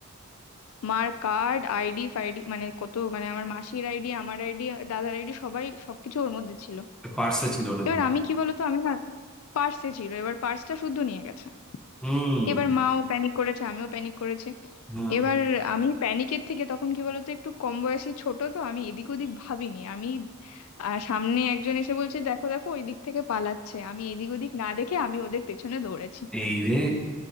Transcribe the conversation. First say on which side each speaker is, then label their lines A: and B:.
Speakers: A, on the left; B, in the centre.
A: মার কার্ড আইডি ফাইডি মানে কত মানে আমার মাসির আইডি আমার আইডি দাদার আইডি সবাই সবকিছু ওর মধ্যে ছিল
B: পার্সে ছিল নাকি
A: এবার আমি কি বলতো আমি না পার্সে ছিল এবার পার্সটা শুদ্ধ নিয়ে গেছে
B: হুম
A: এবার মাও প্যানিক করেছে আমিও প্যানিক করেছি
B: হ্যাঁ
A: এবার আমি প্যানিকের থেকে তখন কি বলতো একটু কম বয়সী ছোট তো আমি এদিক ওদিক ভাবিনি আমি আহ, সামনে একজন এসে বলছে দেখো দেখো ওই দিক থেকে পালাচ্ছে আমি এদিক ওদিক না দেখে আমি ওদের পেছনে দৌড়েছি
B: এই রে